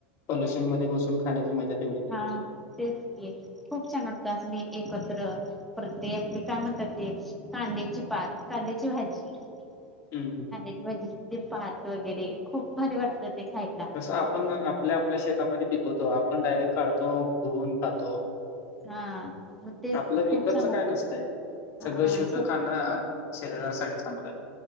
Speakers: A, on the left; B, in the centre.
A: पोल्युशन मध्ये बसून खाण्याची मझा तेवढी नाही.
B: हा तेच कि खूप छान वाटतं असं एकत्र परते आपले काय म्हणतात ते कांद्याची पात कांद्याची भाजी
A: हम्म.
B: कांद्याची भाजी भात वगैरे खूप भारी वाटतं ते खायला.
A: तसं आपण आपल्या आपल्या शेतामध्ये पिकवतो. आपण डायरेक्ट काढतो धुवून खातो.
B: हा मग तेच
A: आपलं
B: की
A: विकतचं
B: खूप छान वाटतं
A: काय नसतंय.
B: हा
A: सगळं शुद्ध खाणं शरीरासाठी चांगलंय.